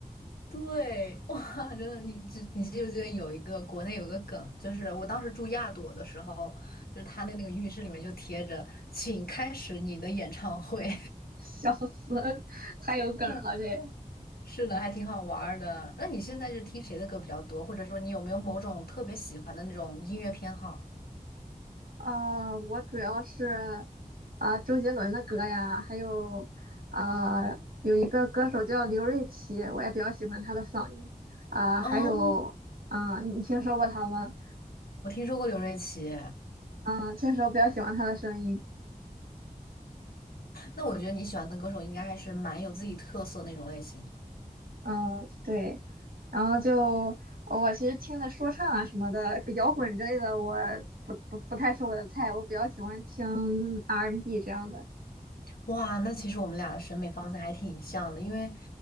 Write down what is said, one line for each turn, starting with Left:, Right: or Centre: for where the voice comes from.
Left: 对，哇，真的，你记你记不记得有一个国内有个梗，就是我当时住亚朵的时候，就是他的那个浴室里面就贴着“请开始你的演唱会”。
Right: 笑死，太有梗了这。
Left: <laughs> 是的，还挺好玩儿的。那你现在是听谁的歌比较多，或者说你有没有某种特别喜欢的那种音乐偏好？
Right: 啊！我主要是啊、周杰伦的歌呀，还有啊、有一个歌手叫刘瑞琦，我也比较喜欢他的嗓音啊、
Left: 哦，
Right: 还有啊、你听说过他吗？
Left: 我听说过刘瑞琦，
Right: 嗯，确实我比较喜欢他的声音，
Left: 那我觉得你喜欢的歌手应该还是蛮有自己特色那种类型。
Right: 嗯、对，然后就我其实听的说唱啊什么的，摇滚之类的，我不不不太是我的菜，我比较喜欢听 R&B N 这样的。
Left: 哇，那其实我们俩的审美方向还挺像的，因为